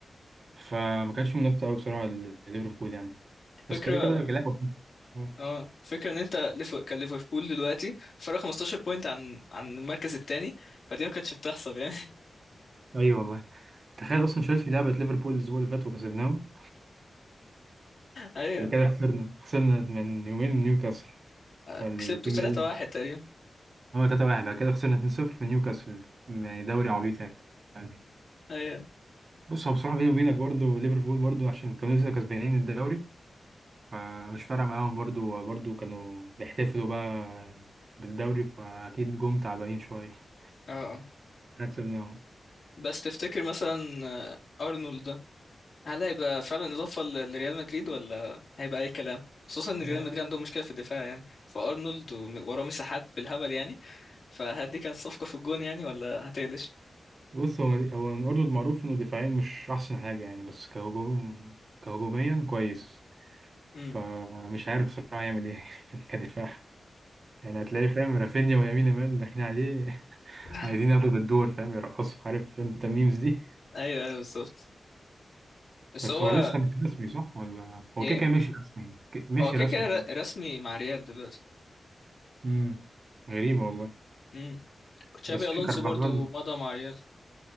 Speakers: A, on the right; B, on the left.
A: فما كانش منافسة أوي بصراحة لليفربول يعني
B: فكرة
A: بس كده كده لعبة حلوة. آه.
B: اه فكرة ان انت ليف- كان ليفربول دلوقتي فرق 15 بوينت عن عن المركز التاني فدي ما كانتش بتحصل يعني
A: أيوة والله تخيل
B: <laughs> مم.
A: أصلا تشيلسي لعبت ليفربول الأسبوع اللي فات وكسبناهم
B: ايوه
A: وكده خسرنا خسرنا من يومين من نيوكاسل
B: آه،
A: فالبريمير
B: كسبتوا 3-1
A: ليج
B: تقريبا
A: هو 3-1 بعد كده خسرنا 2-0 من نيوكاسل يعني دوري عبيط يعني يعني
B: ايوه
A: بص هو بصراحة بيني وبينك برضه ليفربول برضه عشان كانوا لسه كسبانين الدوري فمش فارقة معاهم برضو برضو كانوا بيحتفلوا بقى بالدوري فأكيد جم تعبانين شوية
B: اه
A: احنا كسبناهم
B: بس تفتكر مثلا آه، ارنولد ده هل هيبقى فعلا اضافه ل- لريال مدريد ولا هيبقى اي كلام خصوصا ان ريال
A: آه،
B: مدريد عندهم مشكله في الدفاع يعني فارنولد وم- وراه مساحات بالهبل يعني فهل دي كانت صفقه في الجون يعني ولا هتقلش
A: بص هو هو الأردن معروف إنه دفاعيا مش أحسن حاجة يعني بس كهجوم كهجوميا كويس
B: امم
A: فمش عارف بصراحة يعمل إيه <laughs> كدفاع يعني هتلاقي فاهم رافينيا ويمين يامال داخلين عليه <laughs>
B: <laughs>
A: عايزين ياخدوا بالدور فاهم يرقصوا عارف أنت الميمز دي
B: ايوه ايوه بالظبط بس
A: بس
B: هو
A: هو لسه مش رسمي صح ولا هو
B: ايه
A: كده كده مشي رسمي ك- مشي
B: هو كده
A: رسمي
B: كده ر- رسمي مع ريال دلوقتي
A: امم غريبة والله
B: امم تشابي
A: بس في
B: الونسو
A: كارفاغال
B: برضو مضى مع ريال